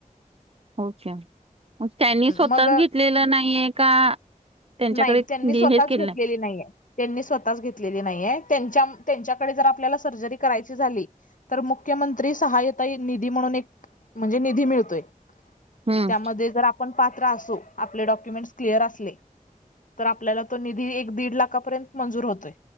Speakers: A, on the right (about 45°); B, on the left (about 65°).
A: ओके म त्यांनी स्वतःच
B: मग
A: घेतलेलं नाहीये का? त्यांच्याकडे
B: नाही त्यांनी
A: दि-
B: स्वतःच
A: हेच केलं
B: घेतलेली
A: नाही?
B: नाहीये. त्यांनी स्वतःच घेतलेली नाहीेये त्यांच्या- त्यांच्याकडे जर आपल्याला सर्जरी करायची झाली तर मुख्यमंत्री सहाय्यता निधी म्हणून एक म्हणजे निधी मिळतोय.
A: हम्म
B: त्यामध्ये जर आपण पात्र असू आपले डॉक्युमेंटस क्लिअर असले तर आपल्याला तो निधी एक दीड लाखापर्यंत मंजूर होतोय.